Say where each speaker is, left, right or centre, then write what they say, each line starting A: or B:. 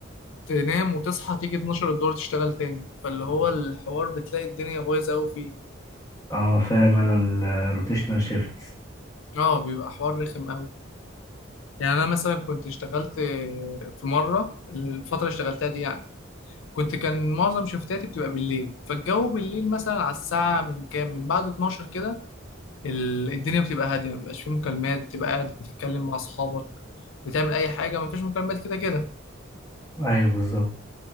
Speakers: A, on the left (about 70°); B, on the left (about 15°).
A: تنام وتصحى تيجي 12 الدور تشتغل تاني فاللي هو الحوار بتلاقي الدنيا بايظة أوي فيه
B: اه فاهم انا الروتيشنال شيفت
A: اه بيبقى حوار رخم أوي يعني أنا مثلا كنت اشتغلت في مرة الفترة اللي اشتغلتها دي يعني كنت كان معظم شفتاتي بتبقى بالليل فالجو بالليل مثلا على الساعة من كام من بعد 12 كده ال- الدنيا بتبقى هادية مبيبقاش فيه مكالمات بتبقى قاعد بتتكلم مع أصحابك بتعمل أي حاجة مفيش مكالمات كده كده
B: ايوه بالظبط